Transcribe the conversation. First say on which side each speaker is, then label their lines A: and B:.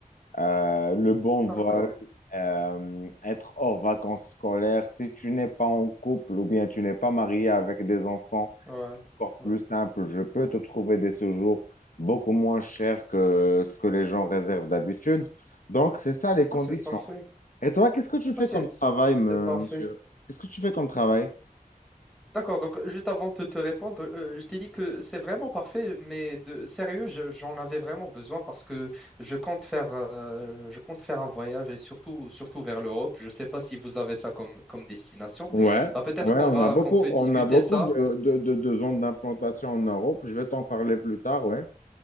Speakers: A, on the left; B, in the centre.
A: euh, le bon
B: d'accord.
A: vol, euh, être hors vacances scolaires. Si tu n'es pas en couple ou bien tu n'es pas marié avec des enfants,
B: Ouais,
A: encore
B: ouais.
A: plus simple, je peux te trouver des séjours beaucoup moins chers que ce que les gens réservent d'habitude. Donc, c'est ça les conditions.
B: Ah, c'est parfait.
A: Et toi, qu'est-ce que tu fais
B: Ah, c'est
A: comme travail, me-
B: c'est parfait.
A: monsieur? Qu'est-ce que tu fais comme travail?
B: D'accord, donc juste avant de te répondre, euh, je t'ai dit que c'est vraiment parfait, mais de sérieux, je- j'en avais vraiment besoin parce que je compte faire, euh, je compte faire un voyage et surtout, surtout vers l'Europe. Je ne sais pas si vous avez ça comme, comme destination.
A: Ouais,
B: Bah, peut-être
A: ouais,
B: qu'on
A: on
B: va,
A: a beaucoup,
B: qu'on peut discuter
A: on a beaucoup
B: ça
A: de, de, de, de zones d'implantation en Europe. Je vais t'en parler plus tard, ouais.